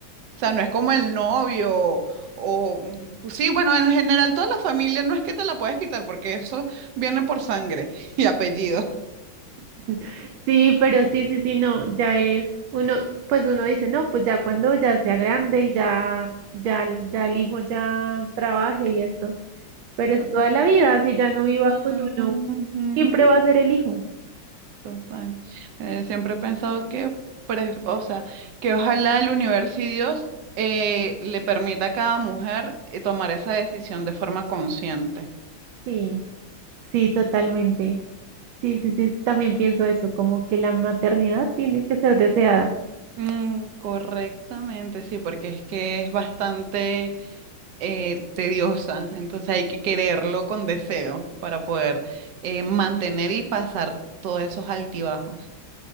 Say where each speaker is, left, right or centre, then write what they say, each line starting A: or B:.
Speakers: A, on the right; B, on the right.
A: sea, no es como el novio o mm, pues sí, bueno, en general toda la familia no es que te la puedes quitar porque eso viene por sangre <laughs> y apellido.
B: <laughs> Sí, pero sí, sí, sí, no, ya es uno, pues uno dice, no, pues ya cuando ya sea grande y ya, ya, ya el hijo ya trabaje y esto. Pero
A: Tot-
B: es toda la vida, si ya no viva
A: Ujú,
B: con uno, siempre va a ser el hijo.
A: Total. Eh, siempre he pensado que, pref- o sea, que ojalá el universo y Dios eh, le permita a cada mujer eh, tomar esa decisión de forma consciente.
B: Sí, Sí, totalmente. Sí, sí, sí, también pienso eso, como que la maternidad tiene que ser deseada.
A: Mm, correctamente, sí, porque es que es bastante eh, tediosa, entonces hay que quererlo con deseo para poder eh, mantener y pasar todos esos altibajos.